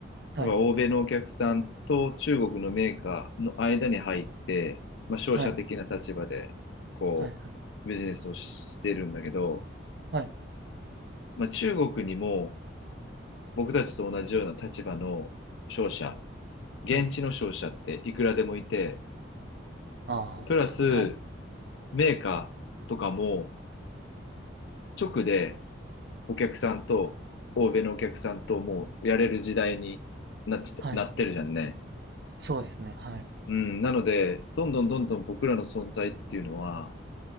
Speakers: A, on the right (about 55°); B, on the left (about 75°).
A: はい、
B: 例えば欧米のお客さんと中国のメーカーの間に入って、まあ、商社的な立場で、
A: はい、
B: こう、
A: はい、はい、
B: ビジネスをしてるんだけど、
A: はい、
B: まあ、中国にも僕たちと同じような立場の商社、現地の商社っていくらでもいて、
A: はい。ああ、
B: プラス
A: 確かに。はい、
B: メーカーとかも直で、お客さんと、欧米のお客さんともうやれる時代になっちゃ、
A: はい。
B: なってるじゃんね。
A: そうですね。はい。
B: うん。なので、どんどんどんどん僕らの存在っていうのは、